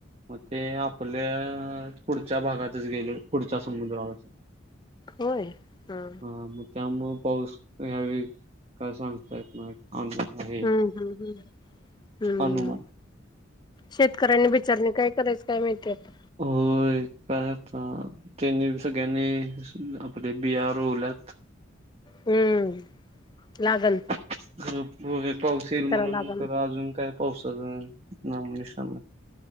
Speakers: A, on the right (about 30°); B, on the left (about 20°).
A: मग ते आपल्या पुढच्या भागातच गेले पुढच्या समुद्र अस
B: होय हा
A: हा मग त्या मग पाऊस ह्यावे काय सांगताय येत नाही
B: हम्म हम्म हम्म हम्म
A: अनुमान
B: शेतकऱ्यांनी बिचारणे काय करायचं काय माहितीय आहे
A: होय. <unintelligible> त्यांनी सगळ्यंनी आपली बिया रोवल्यात
B: हम्म लागल.
A: <unintelligible> पाऊस येईल म्हणून
B: लागण
A: तर अजून काय पावसाचं नामोनिशाण <unintelligible>